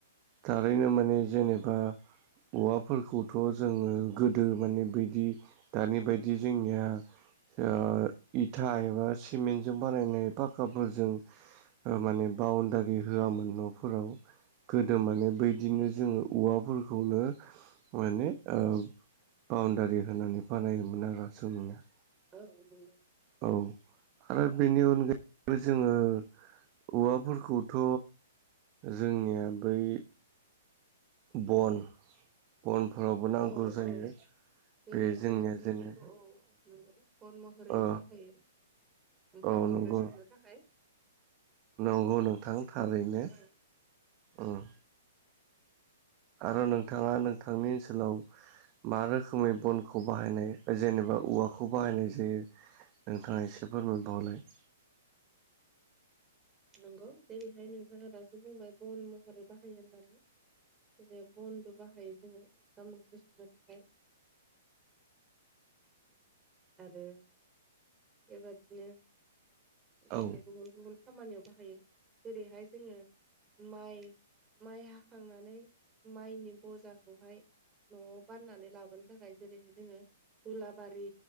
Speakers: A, on the right; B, on the right.
A: थारैनो माने जेनेबा औवाफोरखौथ' जोङो गोदो माने बैदि दानि बायदि जोंनिया ओ इथा एबा सिमेन्टजों बानायनाय पाक्काफोरजों माने बाउणडारि होआमोन न' फोराव गोदो मे बदिनो जोङो औवाफोरखौनो माने ओ बाउणडारि होनानै बानायोमोन आरो सोंया
B: औ नंगौ
A: औ आरो बेनि अनगायैबो जोङो औवाफोरखौथ' जोंनिया बै बन बनफोरावबो नांगौ
B: औ
A: जायो।
B: औ जोङो
A: बे जोंनिया
B: जेरैहाय
A: जेनो
B: बेखौ औ नंगौ बन महरै
A: औ
B: बाहायो। ओंखाम
A: औ
B: ओंख्रि
A: नंगौ
B: संनो थाखाय।
A: नंगौ नोंथां थारैनो
B: औ
A: उम आरो नोंथाङा नोंथांनि ओनसोलाव मा रोखोमै बनखौ बाहायनाय जेनेबा औवाखौ बाहायनाय जायो? नोंथाङा एसे फोरमाबावलाय।
B: नंगौ जेरैहाय नोंथाङा दासो बुंबाय बन महरै बाहायो होननानै दिनै बनबो बाहायो जोङो ओंखाम ओंख्रि संनो थाखाय। आरो बेबादिनो जोङो
A: औ
B: गुबुन गुबुन खामानियाव बाहायो जेरैहाय जोङो माइ माइ हाखांनानै माइनि बजाखौहाय न'आव बारनानै लाबोनो थाखाय जेरैहाय जोङो हुलाबारि